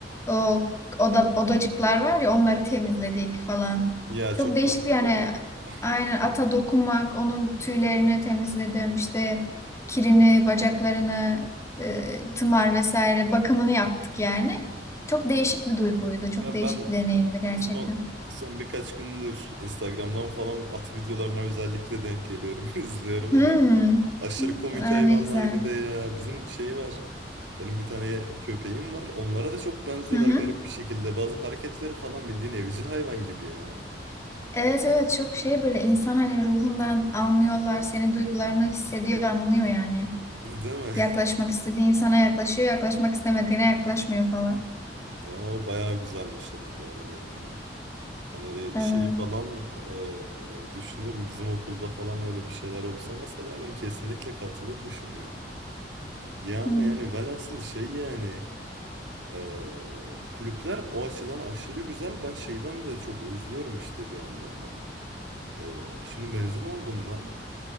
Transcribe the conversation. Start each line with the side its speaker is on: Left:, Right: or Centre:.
Left: o oda, odacıklar var ya onları temizledik falan.
Right: Ya
Left: Çok
Right: çok
Left: değişik
Right: tatlılar
Left: yani
Right: ya.
Left: aynen ata dokunmak, onun tüylerini temizledim. işte kirini, bacaklarını, e, tımar vesaire bakımını yaptık yani. Çok değişik bir duyguydu. Çok
Right: Ben
Left: değişik
Right: ben
Left: bir deneyimdi gerçekten.
Right: son son birkaç gündür Instagram'dan falan at videolarına özellikle denk geliyorum, <laughs> izliyorum
Left: Hmm.
Right: da. Aşırı komik
Left: Aa,
Right: hayvanlar
Left: ne güzel.
Right: bir de ya. Bizim şey var. Benim bir tane köpeğim var. Onlara da çok benziyorlar
Left: Hı hı.
Right: garip bir şekilde. Bazı hareketleri falan bildiğin evcil hayvan gibi ya.
Left: Evet evet çok şey böyle insan hani ruhundan anlıyorlar senin duygularını hissediyor anlıyor yani.
Right: Değil mi?
Left: Yaklaşmak istediği insana yaklaşıyor yaklaşmak istemediğine yaklaşmıyor falan.
Right: <laughs> Oo bayağı güzelmiş ha bu arada yani. Hani
Left: Evet.
Right: şey falan e, düşünüyorum bizim okulda falan öyle bir şeyler olsa mesela ben kesinlikle katılırmışım ya. Ya
Left: Hı
Right: ama yani velhasıl şey yani e, bu kulüpler o açıdan aşırı güzel. Ben şeyden de çok özlüyorum işte bir yandan da. E, şimdi mezun oldum ben.